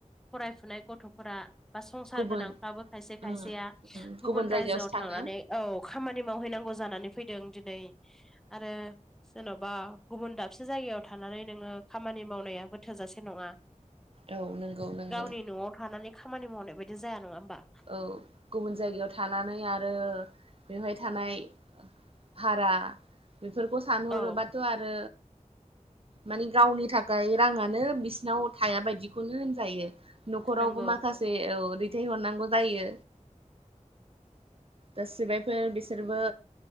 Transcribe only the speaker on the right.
गुबुन
उम उम
जायगायावसो
थाङो
औ नंगौ नंगौ
औ गुबुन जायगायाव थानानै आरो बेवहाय थानाय भारा बेफोरखौ सानहरोबाथ'
आरो मानि गावनि थाखाय राङानो बिसिनाव थाया बायदिखौनो होनजायो न'खरावबो
माखासे औ दैथायहरनांगौ जायो गा सिबायफोर बिसोरबो